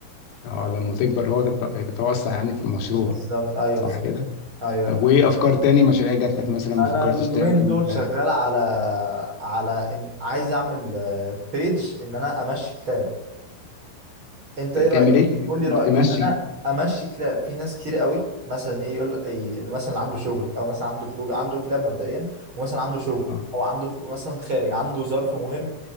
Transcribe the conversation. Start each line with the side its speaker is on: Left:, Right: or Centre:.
Left: اه لما تكبر هو تت- تتوسع يعني في المشروع
Right: بالظبط ايوه
Left: صح
Right: بالظبط
Left: كده
Right: ايوه
Left: طب وايه افكار تاني مشاريع جات لك مثلا ما
Right: انا
Left: فكرتش
Right: اليومين
Left: تعمل
Right: دول شغال على على إن عايز اعمل بيج ان انا امشي كلاب انت ايه رايك
Left: تعمل ايه ت-
Right: قول لي رايك
Left: تمشي
Right: ان انا امشي كلاب في ناس كتير قوي مثلا ايه يقول إيه مثلا اللي عنده شغل او مثلا عنده خروج عنده كلاب مبدئيا ومثلا عنده شغل
Left: اه
Right: او عنده خ- مثلا خارج عنده ظرف مهم